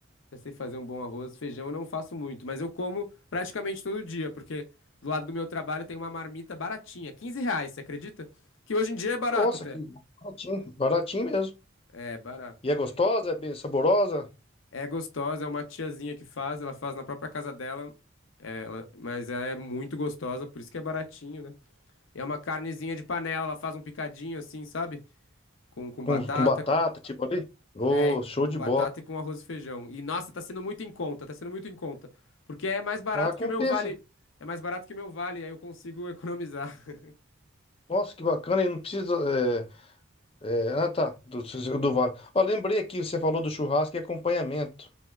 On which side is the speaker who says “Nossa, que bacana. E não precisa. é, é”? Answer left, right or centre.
Left